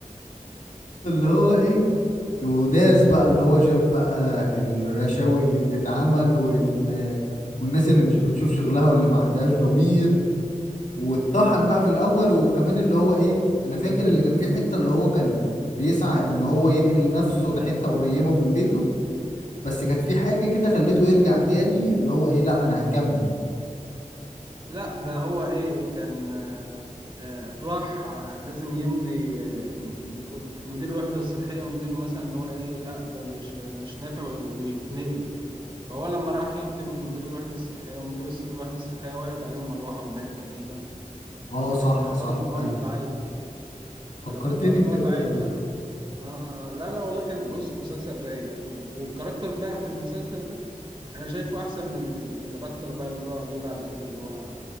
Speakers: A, on the left; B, on the right.
A: اللي هو ايه وداس بقى اللي هو شاف بقى الرشاوي اللي بتتعمل وال... والناس اللي مش بتشوف شغلها واللي ما عندهاش ضمير واتطحن بقى في الاول وكمان اللي هو ايه انا فاكر اللي كان فيه حتة اللي هو كان بيسعى ان هو ينقل نفسه لحتة قريبة من بيته بس كانت في حاجة كده خليته يرجع تاني اللي هو ايه لا انا هكمل
B: <laughs> لا ده هو ايه كان آه، آه، راح آه، لازم يمضي آه، م- يقول- مدير الوحدة الصحية مديره مثلا ان هو ايه لا ده مش مش نافع وي- ويتنقل فهو لما راح يمضي من مدير الوحدة الصحية مدير الص- الوحدة الصحية وقعت عليه المروحة ومات تقريبا
A: اه
B: فكان
A: صح
B: مداره
A: صح
B: ان هو
A: ايوه
B: متعين
A: فكرتني
B: فلما بدأنا ان
A: انت
B: هو
A: كده
B: اتعين
A: والله
B: بقى آه آه، لا لا والله كان بص مسلسل رايق و- والكاركتر بقى في المسلسل ده انا شايفه احسن من الكاركتر بقى اللي هو جه بعد كده اللي هو